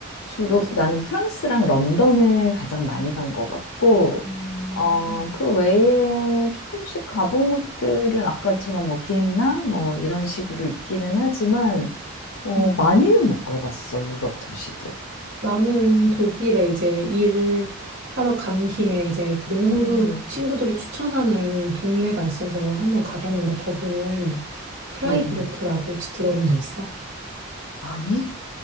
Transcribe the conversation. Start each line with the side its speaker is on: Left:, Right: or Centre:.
Left: 주로 나는 프랑스랑 런던을 가장 많이 간 것 같고
Right: 음,
Left: 어 그 외에 조금씩 가본 곳들은 아까처럼 뭐 비엔나 뭐 이런 식으로 있기는 하지만 어
Right: 음.
Left: 많이는 못 가봤어 유럽 도시들.
Right: 나는 독일에 이제 일을 하러 간 김에 이제 너무
Left: 음,
Right: 친구들이 추천하는 동네가 있어서 한번 가봤는데 거기는 프라이부르크라고
Left: 음, 음.
Right: 혹시 들어본 적 있어?
Left: 아니?